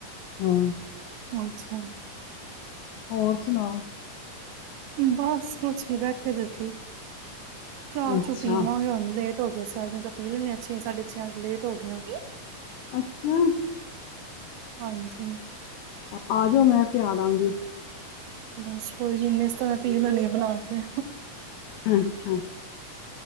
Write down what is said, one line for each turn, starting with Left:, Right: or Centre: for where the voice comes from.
Left: ਹਾਂ।
Right: ਅੱਛਾ
Left: ਹੋਰ ਸੁਣਾਓ।
Right: ਬਸ ਕੁਛ ਨਹੀਂ ਬੈਠੇ ਸੀ ਅਸੀਂ। ਚਾਹ
Left: ਅੱਛਾ,
Right: ਚੂ ਪੀਵਾਂਗੇ ਉਹਨੂੰ ਤੇ ਹੋ ਗਏ <unintelligible> ਛੇ ਸਾਡੇ ਛੇ ਅੱਜ ਲੇਟ ਹੋ ਗਏ ਆ।
Left: ਅੱਛਾ।
Right: ਹਾਂਜੀ।
Left: ਆ ਜਾਓ, ਮੈਂ ਪਿਆ ਦਵਾਂਗੀ।
Right: ਬਸ ਕੋਈ ਨਹੀਂ ਉਹਨੇ ਇਸ ਤਰ੍ਹਾਂ ਪੀ ਲੈਣੀ ਆ ਬਣਾ ਕੇ।
Left: ਅੱਛਾ।